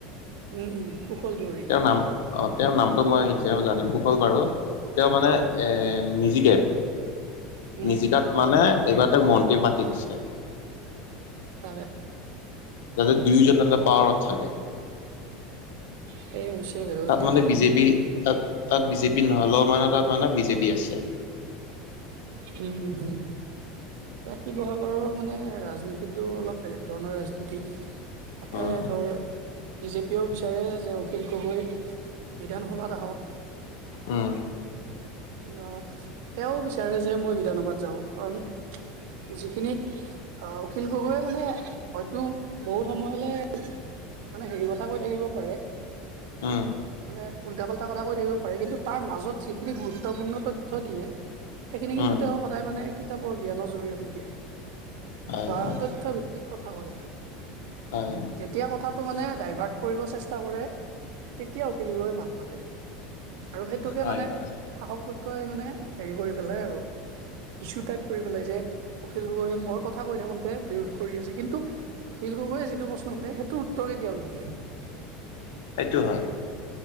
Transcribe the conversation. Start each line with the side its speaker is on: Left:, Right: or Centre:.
Right: উম উম কুশল দুৱাৰী।
Left: তেওঁৰ নাম অ তেওঁৰ নামটো মই এতিয়া জানিম কুশল বাৰু তেওঁ মানে, এ
Right: উম,
Left: নিজিকে
Right: উম,
Left: নিজিকাত মানে এইবাৰ তেওঁক মন্ত্ৰী পাতি দিছে।
Right: তাকে,
Left: তাতে দুয়োজন এটা পাৱাৰত থাকে।
Right: সেই হৈছে আৰু
Left: তাত
Right: এতিয়া
Left: মানে বিজেপি তাত তাত বিজেপি নহ'লেও মানে তাত মানে বিজেপি আছে।
Right: উম উম। এয়া শিৱসাগৰৰ মানে ৰাজনীতিটো অলপ বেলেগ ধৰণৰ ৰাজনীতি। তাতে
Left: উম
Right: ধৰ বিজেপিয়েও বিচাৰে যে অখিল গগৈ বিধানসভাত আহক।
Left: উম
Right: অ তেওঁ বিচাৰে যে মই বিধানসভাত যাওঁ, কাৰণ যিখিনি অ অখিল গগৈয়ে মানে হয়তো বহুত সময়লে মানে হেৰি কথা কৈ থাকিব পাৰে,
Left: উম
Right: মানে উল্টা-পাল্টা কথা কৈ থাকিব পাৰে। কিন্তু তাৰ মাজত যিখিনি গুৰুত্বপূৰ্ণ তথ্য দিয়ে সেইখিনি কিন্তু
Left: উম
Right: তেওঁ সদায় মানে কিতাপৰ জ্ঞানৰ জৰি়য়তে দিয়ে
Left: হয়
Right: বা
Left: হয়
Right: তথ্য ভি তিক কথা কয়।
Left: হয়।
Right: যেতিয়া কথাটো মানে ডাইভাৰ্ট কৰিব চেষ্টা কৰে তেতিয়া অখিল গগৈে মাত মাতে। আৰু সেইটোকে
Left: হয়
Right: মানে
Left: হয়
Right: শাসক পক্ষই মানে হেৰি কৰি পেলাই আৰু। ইছু টাইপ কৰি পেলাই যে অখিল গগৈয়ে মই কথা কৈ থাকোতে বিৰোধ কৰি আছে। কিন্তু অখিল গগৈয়ে যিটো প্ৰশ্ন সুধে সেইটোৰ উত্তৰ কেতিয়াও নিদিয়ে।
Left: সেইটো হয়।